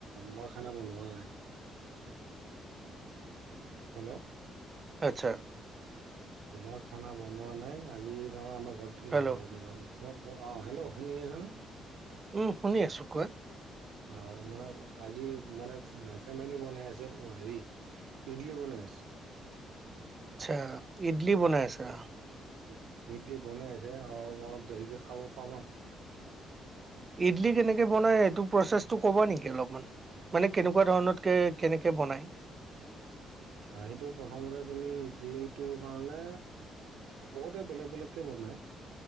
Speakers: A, on the right; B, on the right.
A: মই খানা বনুৱা নাই। হেল্ল।
B: আচ্ছা।
A: মই খানা বনোৱা নাই আজি ধৰা আমাৰ ঘৰত
B: হেল্ল'
A: এ মাও ম-ম অ', হেল্ল' শুনি আছ নে?
B: উম, শুনি আছো কোৱা।
A: অ', মানে আজি মানে ফেমিলি বনাই আছে, হেৰি ইডলি বনাই আছে।
B: আচ্ছা ইডলি বনাই আছা।
A: উম, ইডলি বনাই আছে। অ অলপ দেৰিকে খাব পাম আৰু।
B: ইডলি কেনেকে বনাই এইটো প্ৰচেছটো ক'বা নেকি অলপমান। মানে কেনেকুৱা ধৰণতকে কেনেকে বনায়?
A: অহ, সেইটো প্ৰথমতে তুমি ইডলিটোৰ কাৰণে বহুতে বেলেগ বেলেগকে বনাই,